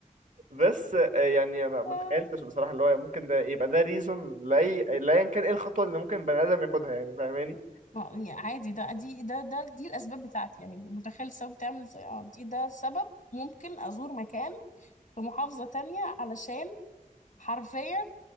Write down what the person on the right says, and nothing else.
بس آه، يعني ما ما
تخيلتش بصراحه اللي هو ممكن ده يبقى ده ريزون لاي لايا كان ايه الخطوه اللي ممكن بني ادم ياخدها يعني فاهماني